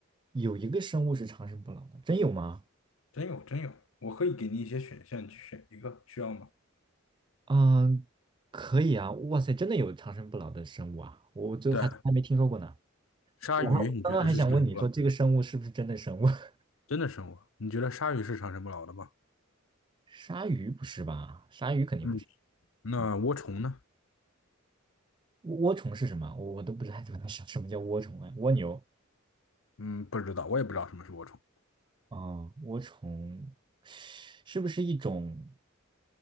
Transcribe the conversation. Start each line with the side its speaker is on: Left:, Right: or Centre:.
Right: 有一个生物是长生不老的，真有吗？
Left: 真有真有，我可以给你一些选项，你去选一个，需要吗？
Right: 嗯，可以啊，哇塞，真的有长生不老的生物啊，我就还从来没听说过呢。
Left: 对，鲨鱼你觉得是长生不老？
Right: 我还刚刚还想问你说这个生物是不是真的生物？<laughs>
Left: 真的生物？你觉得鲨鱼是长生不老的吗？
Right: 鲨鱼不是吧？鲨鱼肯定不是。
Left: 嗯，那涡虫呢？
Right: 嗯，涡虫是什么？我我都不知道怎么想什么叫涡虫啊？蜗牛
Left: 嗯，不知道，我也不知道什么是涡虫。
Right: 啊？涡虫是不是一种，